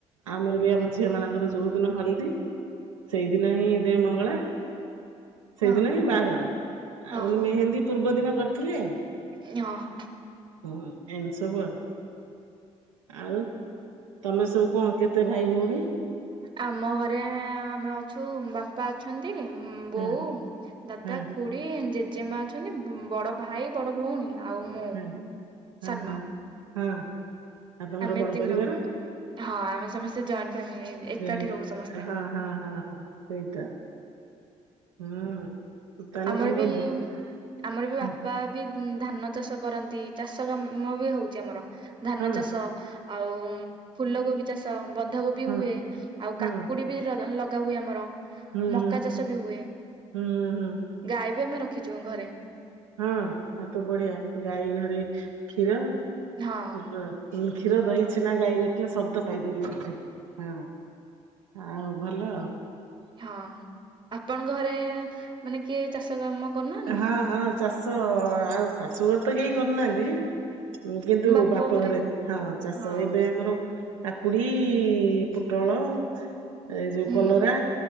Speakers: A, on the right; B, on the right.
A: ଆମର ବି ଆମ ଝିଅମାନଙ୍କର ଯୋଉ ଦିନ ହଲ୍, ଦୀ ସେଇଦିନ ହିଁ ଦେ ମଙ୍ଗଳା। ସେଇଦିନ
B: ଓହୋ
A: ହିଁ ବାହାଘର, ଆଉ
B: ଓହୋ
A: କିନ୍ତୁ ମେହେନ୍ଦୀ ପୂର୍ବ ଦିନ କରିଥିଲେ।
B: <unintelligible>
A: ହୁଁ ଏନ୍ ସବୁ ଆଉ, ଆଉ ତମେ ସବୁ କଣ କେତେ ଭାଇ ଭଉଣୀ?
B: ଆମ ଘରେ ଆମେ ଅଛୁ, ବା ବାପା ଅଛନ୍ତି, ବୋଉ,
A: ହଁ
B: ଦାଦା,
A: ହଁ
B: ଖୁଡ଼ି। ଖୁଡ଼ି ଜେଜେମା ଅଛନ୍ତି। ବଡ ଭାଇ ବଡ ଭଉଣୀ। ଆଉ ମୁଁ
A: ହଁ ହଁ
B: ସାନ
A: ହଁ ହଁ ଆଉ ତମର
B: ଆମେ
A: ବଡ
B: ଏତିକି
A: ପରିବାର।
B: ରହୁ ହଁ ଆମେ ସମସ୍ତେ ଜଏଣ୍ଟେ ଫ୍ୟାମିଲି, ଏକାଠି
A: ଜଏଣ୍ଟ
B: ରହୁ ସମସ୍ତେ।
A: ହଁ ହଁ ହଁ ହଁ। ସେଇଟା ହୁଁ। ତାହେଲେ
B: ଆମର
A: ତମର
B: ବି
A: ଗୋ
B: ଆମର ବି ବାପା
A: ହଁ
B: ବି ଧାନ ଚାଷ କରନ୍ତି। ଚାଷ କାମ ବି ହୋଉଚି, ଆମର ଧାନ
A: ହଁ
B: ଚାଷ। ଆଉ ଫୁଲ କୋବି ଚାଷ ବନ୍ଧାକୋବି
A: ହଁ
B: ହୁଏ। ଆଉ
A: ହଁ
B: କାକୁଡି ବି ଲଗା ହୁଏ ଆମର
A: ହୁଁ
B: ମକା
A: ହୁଁ।
B: ଚାଷ ବି ହୁଏ।
A: ହୁଁ ହୁଁ।
B: ଗାଈ ବି ଆମେ ରଖିଚୁ ଘରେ।
A: ହଁ ଆଉ ତ ବଢିଆ ଗାଈ ଘରେ କ୍ଷୀର।
B: ହଁ
A: କ୍ଷୀର ଦହି ଛେନା ଗାଈ ରଖିଲେ ସବୁ ତ ପାଇପାରିବ ବୋଧେ ହଁ। ଆଉ ଭଲ।
B: ହଁ ଆପଣଙ୍କ ଘରେ, ମାନେ କିଏ ଚାଷ କାମ କରୁନାହାନ୍ତି?
A: ହଁ ହଁ ଚାଷ ଆଉ ଶାଶୁ ଘରେ ତ କେହି କରୁନାହାନ୍ତି। କିନ୍ତୁ
B: ବାପ
A: ବାପଘରେ
B: ଘରେ
A: ହଁ ଚାଷ
B: ହଁ
A: ଏବେ ଆମର କାକୁଡି, ପୁଟଳ। ଏଇ ଯୋଉ
B: ହୁଁ
A: କଲରା